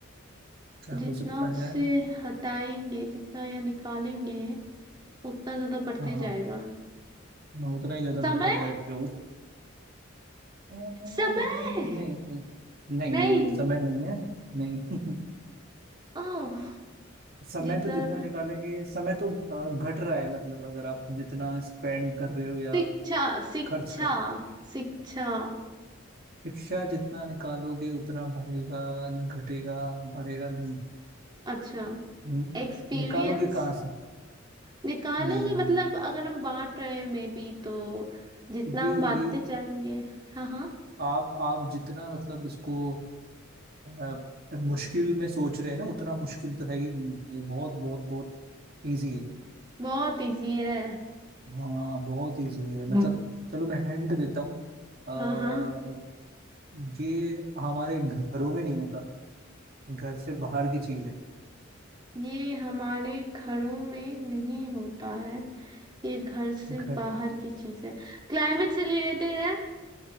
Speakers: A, on the right (about 50°); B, on the right (about 20°).
A: क्या
B: जितना
A: हो सकता
B: उससे
A: है
B: हटाएंगे जितना या निकालेंगे उतना ज्यादा बढ़ते
A: हाँ
B: जाएगा
A: हाँ, उतना ही ज्यादा
B: समय
A: बढ़ता जाएगा वो अ, नहीं
B: समय
A: नहीं
B: नहीं
A: नहीं नहीं समय नहीं है नहीं
B: ओह
A: <laughs> समय
B: जितना
A: तो जितना
B: ज्यादा
A: निकालेंगे समय तो अ, घट रहा है मतलब अगर आप जितना स्पेंड कर रहे हो या
B: शिक्षा शिक्षा
A: खर्च कर
B: शिक्षा
A: शिक्षा जितना निकालोगे उतना बढ़ेगा घटेगा बढ़ेगा नहीं
B: अच्छा
A: न-
B: एक्सपीरियंस
A: निकालोगे कहाँ से
B: निकालोगे
A: नहीं नहीं,
B: मतलब अगर हम बांट रहे हैं मे बी तो जितना
A: नहीं।
B: हम
A: ये
B: बांटते
A: ये
B: जाएंगे हाँ हाँ
A: आप आप जितना मतलब इसको अब अब मुश्किल में सोच रहे हैं ना उतना मुश्किल तो है ही नहीं ये बहुत बहुत बहुत इजी है
B: बहुत इजी है
A: हाँ बहुत इजी है मतलब
B: हम्म।
A: चलो मैं हिंट देता हूँ अ,
B: हाँ हाँ
A: ये हमारे घरों में नहीं होता घर से बाहर की चीज है
B: ये हमारे घरों में नहीं होता है ये घर से
A: घर
B: बाहर की चीज है क्लाइमेट से रिलेटेड है